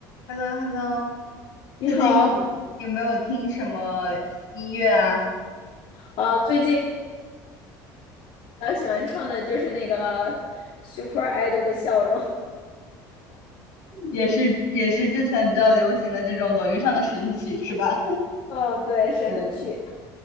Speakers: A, on the left (about 90°); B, on the left (about 65°).
A: h e l l o h e l l o
B: 你好，
A: 最近有没有听什么音乐啊？
B: 呃，最近比较喜欢唱的就是那个 Super Idol 的《笑容》
A: 也是也是之前比较流行的这种抖音上的神曲是吧？
B: <laughs>，哦，对，
A: <laughs>
B: 神曲。
A: 对，